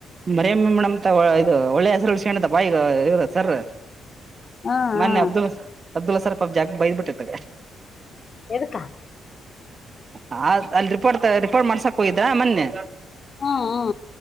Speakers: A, on the right (about 40°); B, on the left (about 40°).
A: ಮರಮ್ಮ ಮೇಡಮ್ಂತ ಇದು ಒಳ್ಳೆ ಹೆಸರು ಉಳಿಸ್ಯಾಂದಿದಪಾ ಇರ ಸರು.
B: ಹ್ಮ್ ಹ್ಮ್
A: ಮೊನ್ನೆ ಅಬ್ದುಲ್ ಅಬ್ದುಲ್ ಹಸರ್ ಪಬ್ ಜಾಗ ಬೈದ್ಬಿಟ್ಟಿತಗ.
B: ಎದಕ್ಕಾ
A: ಹ ಅಲ್ಲಿ ರಿಪೋರ್ಟ್ ರಿಪೋರ್ಟ್ ಮಾಡ್ಸಾಕ್ ಹೋಗಿದ್ದಾ ಮೊನ್ನೆ.
B: ಹ್ಮ ಹ್ಮ.